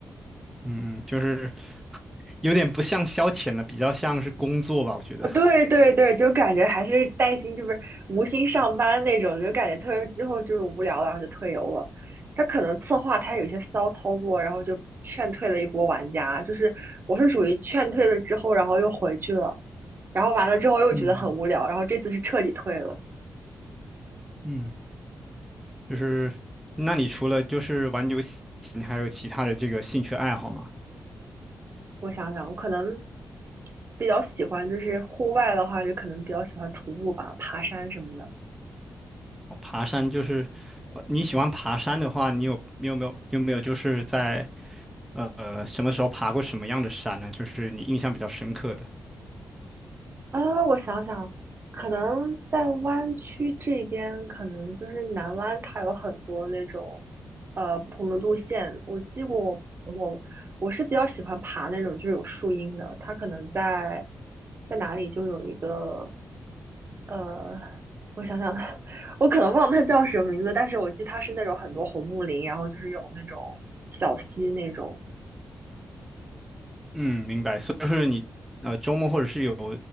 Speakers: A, in the centre; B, on the right (about 40°).
A: 嗯，就是有点不像消遣了，比较像是工作吧，我觉得。
B: 啊，对对对，就感觉还是带薪，就是无心上班那种，就感觉特别最后就是无聊了，然后就退游了。他可能策划他有一些骚操作，然后就劝退了一波玩家。就是我是属于劝退了之后，然后又回去了，然后完了之后又觉得很无聊，
A: 嗯
B: 然后这次是彻底退了。
A: 嗯。就是，那你除了就是玩游戏，你还有其他的这个兴趣爱好吗？
B: 我想想，我可能比较喜欢就是户外的话，就可能比较喜欢徒步吧，爬山什么的。
A: 哦爬山就是，呃你喜欢爬山的话，你有你有没有有没有就是在呃什么时候爬过什么样的山呢？就是你印象比较深刻的。
B: 啊，我想想，可能在湾区这边，可能就是南湾，它有很多那种呃不同的路线。我记过我，我我是比较喜欢爬那种就是有树荫的，它可能在在哪里就有一个呃，我想想，<laughs> 我可能忘了它叫什么名字，但是我记它是那种很多红木林，然后就是有那种小溪那种。
A: 嗯，明白。所以就是你呃周末或者是有